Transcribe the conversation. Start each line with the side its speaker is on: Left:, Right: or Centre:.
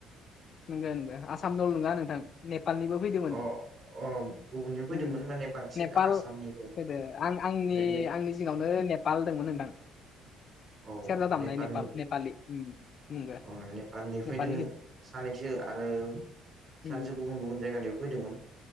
Left: नंगौ नंगौ आसामनावल' नङा, नोंथां नेपालनिबो फैदोंमोन।
Right: अ अ गुबुननि फैदोंमोन
Left: ओ
Right: माने बांसिन
Left: नेपाल
Right: आसामनि दंमोन
Left: होदो आं आंनि
Right: ओमफ्राय
Left: आंनि जिङावनो नेपाल दंमोन नोंथां
Right: औ
Left: सेरजा दामनाय
Right: नेपालनि
Left: नेपाल, नेपालि उम उम ओ
Right: अ नेपालनि
Left: नेपालि।
Right: फैदों सानैसो आरो
Left: उम
Right: सानैसो
Left: उम
Right: गुबुन गुबुन जायगानिबो फैदोंमोन।